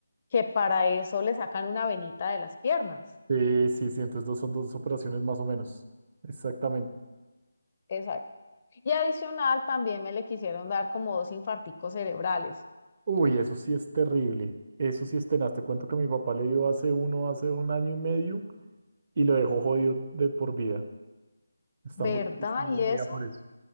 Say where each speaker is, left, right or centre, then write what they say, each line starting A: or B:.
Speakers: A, on the left; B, on the right.
A: que para eso le sacan una venita de las piernas.
B: Sí, sí, sí, entonces dos, son dos operaciones más o menos. Exactamente.
A: Exacto. Y adicional también me le quisieron dar como dos infarticos cerebrales,
B: Uy, eso sí es terrible. Eso sí es tenaz. Te cuento que mi papá le dio hace uno, hace un año y medio y lo dejó jodido de por vida. Está
A: ¿verdad?
B: muy triste hoy
A: ¿Y
B: en
A: eso?
B: día por eso.